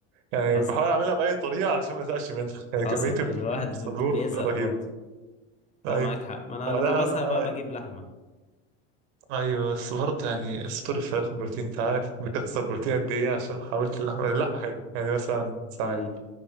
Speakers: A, on the right; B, on the left.
A: يعني
B: حصل
A: بحاول اعملها بأي طريقة علشان ما ازهقش منها يعني
B: حصل
A: كمية البروتين
B: الواحد
A: في الصدور
B: بي- بيزهق
A: رهيبة
B: برضو لا
A: ايوه
B: معاك حق ما انا
A: وبعدها
B: لما بزهق
A: بقى-
B: بقى بجيب لحمة
A: ايوه بس برضه يعني صدور الفراخ بروتين انت عارف بتخسر بروتين قد ايه عشان حاولت اللحمة اللحمة حلوة يعني مثلا ساعات
B: امم